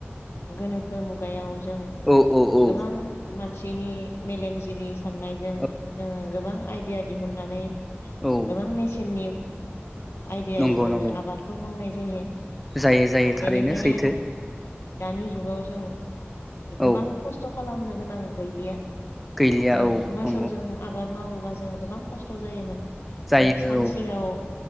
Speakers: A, on the left; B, in the centre.
A: गोनोखो मुगायाव जों
B: औ औ औ
A: गोबां मान सिनि मेलेमजिबि साननायजों
B: औ
A: जोंङो गोबां आय दिया दिहुननानै
B: औ
A: गोबां मेचिननि आयदियायै
B: नंगौ
A: जोंङो
B: नंगौ
A: आबादखौ मावनाय जायो
B: जायो जायो
A: बेनिखायनो
B: थारैनो सैथो
A: दानि जुगाव जों गोबां
B: औ
A: खस्थ खालामनो गोनां गैलिया
B: गैलिया
A: जों
B: औ
A: मोसौजों
B: नंगौ
A: आबाद मावोबा जों गोबां खस्थ जायोमोन।
B: जायो
A: जों सानसेयाव